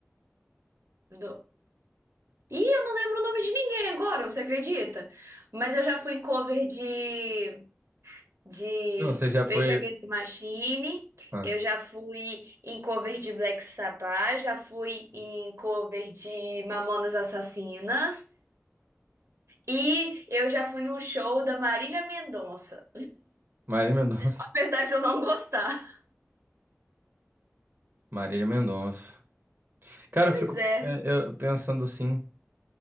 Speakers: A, on the right; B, on the right.
A: Do... Ih, eu não lembro o nome de ninguém agora, você acredita? Mas eu já fui em cover de, de
B: Não, você já foi.
A: Rage Against the Machine,
B: Ah,
A: eu já fui em cover de Black Sabbath, já fui em cover de Mamonas Assassinas e eu já fui no show da Marília Mendonça.
B: Marília Mendonça.
A: Apesar de eu não gostar.
B: Marília Mendonça. Cara,
A: Pois
B: eu fico
A: é.
B: é, eu pensando assim.